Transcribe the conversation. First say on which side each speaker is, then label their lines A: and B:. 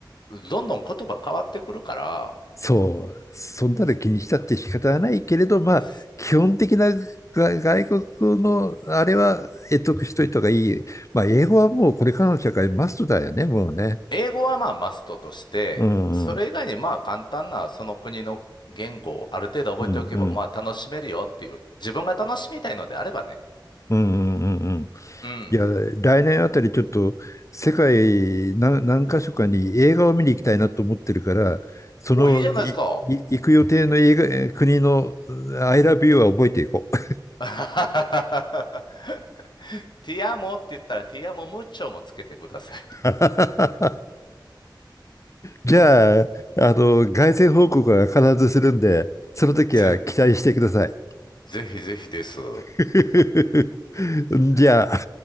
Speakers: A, on the left; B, on the left.
A: う。どんどん言葉変わってくるから、
B: そう、そんなの気にしたって仕方はないけれど、まあ、
A: す
B: 基本的なが外国のあれは得得しといた方がいい。まあ、英語はもうこれからの社会マストだよね、もうね。
A: 英語はまあマストとして、
B: うんうん。
A: それ以外にまあ簡単なその国の言語をある程度覚えておけばまあ楽しめるよっていう。
B: うんうん
A: 自分が楽しみたいのであればね。
B: うんうんうんうん。
A: うん。
B: いや、来年あたりちょっと世界何、何箇所かに映画を見に行きたいなと思ってるから、そのいい行く予定の映画え国のうん
A: お、いいじゃないですか。
B: I love you は覚えていこう。
A: <laughs> ティアモって言ったらティアモムッチョもつけてください。
B: <laughs> じゃあ、あの、凱旋報告は必ずするんで、その時は期待してください。
A: ぜ、ぜひぜひです。
B: <laughs> じゃあ。